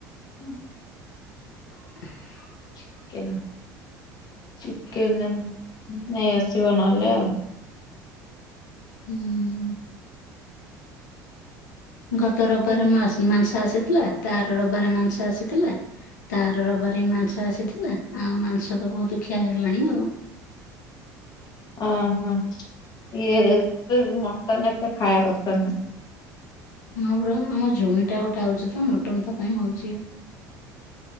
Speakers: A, on the left (about 45°); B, on the left (about 70°).
A: ହୁଁ।
B: <unintelligible>
A: ଚିକେନ ଚିକେନ ନେଇ ଆସିବ ନହେଲେ ଆଉ।
B: ହୁଁ। ଗତ ରବାରେ ମାଂସ ଆସିଥିଲା ତାର ରବିବାରେ ମାଂସ ଆସିଥିଲା। ତାର ରବାର ମାଂସ ଆସିଥିଲା ଆଉ ମାଂସ ତ ବହୁତ ଖିଆ ହେଇଗଲାଣି ଆଉ।
A: ଓ ହୋ। ଇଏ ମଟନ୍ ଏତେ ଖାଇବା କଥା ନୁହେଁ।
B: ହଁ ପୁରା ଆମ ଜୋଇଁ ଗୋଟେ ଆଉଛି ତ ମଟନ୍ ତା ପାଇଁ ହଉଛି।